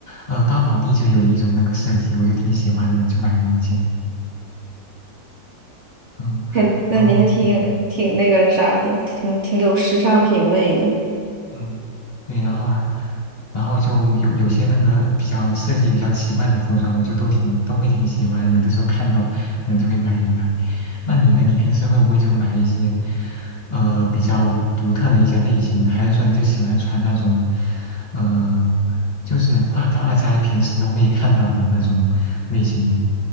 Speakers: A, on the left; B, on the right.
A: 呃，巴宝莉就有一种那个设计，我就挺喜欢的，就买了一件。嗯，
B: 还那你还挺有挺那个啥的，
A: 然后对，
B: 挺挺有时尚品味的。
A: 嗯，对，然后，然后就有有些那个比较设计比较奇怪的服装，我就都挺都会挺喜欢，有的时候看到可能就会买一买。那你呢？你平时会不会就买一些，呃，比较独特的一些类型的？还是说你就喜欢穿那种，嗯、就是大大家平时都会看到的那种类型的。